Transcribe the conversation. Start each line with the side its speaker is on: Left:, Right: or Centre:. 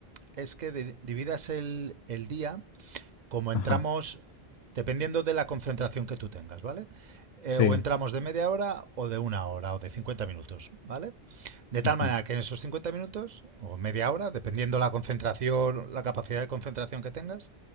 Right: es que de- dividas el, el día como entramos,
Left: Ajá,
Right: dependiendo de la concentración que tú tengas, ¿vale? Eh,
Left: sí.
Right: o entramos de media hora o de una hora o de 50 minutos, ¿vale? De tal
Left: ujú,
Right: manera que en esos 50 minutos o media hora, dependiendo la concentración, la capacidad de concentración que tengas,